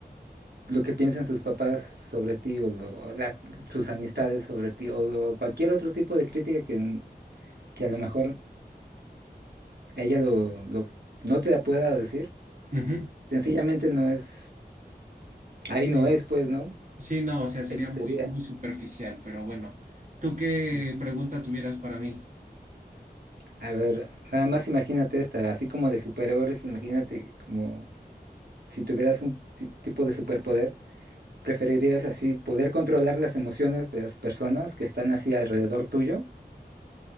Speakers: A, on the right; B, on the right.
A: lo que piensan sus papás sobre ti o, lo- o la- sus amistades sobre ti o, cualquier otro tipo de crítica que, que a lo mejor ella lo, lo- no te la pueda decir.
B: ujú,
A: Sencillamente no es, ahí
B: Sí,
A: no es, pues, ¿no?
B: sí, no, o sea, sería
A: Ahí no sería.
B: muy, muy superficial, pero bueno, ¿tú qué
A: Ujú.
B: pregunta tuvieras para mí?
A: A ver, nada más imagínate esta, así como de superhéroes, imagínate como si tuvieras un ti- tipo de superpoder, ¿preferirías así poder controlar las emociones de las personas que están así alrededor tuyo